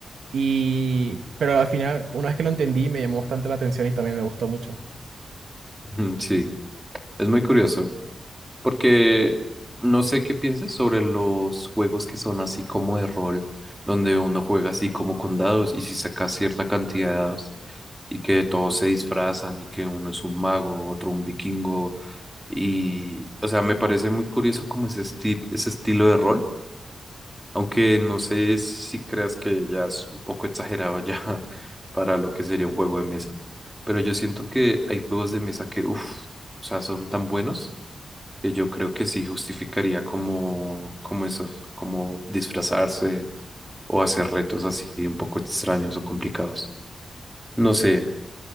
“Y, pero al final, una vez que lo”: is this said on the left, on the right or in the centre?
Right